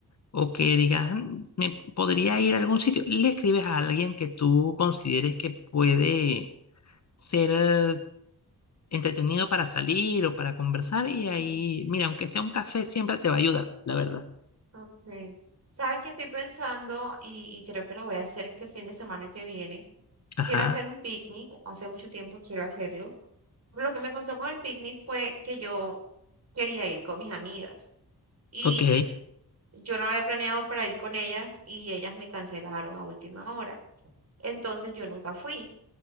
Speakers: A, on the left; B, on the right.
A: o que digas, "Mm, me podría ir a algún sitio, le escribes a alguien que tú consideres que puede ser eh, entretenido para salir o para conversar
B: Ujú,
A: y ahí, mira, aunque sea un café, siempre te va a ayudar, la verdad.
B: Ok. ¿Sabes qué estoy pensando? Y, y creo que lo voy a hacer este fin de semana que viene.
A: Ajá,
B: Quiero hacer un picnic. Hace mucho tiempo quiero hacerlo. Lo que me pasó con el picnic fue que yo quería ir con mis amigas. Y
A: ok,
B: yo no había planeado para ir con ellas y ellas me cancelaron a última hora. Entonces yo nunca fui,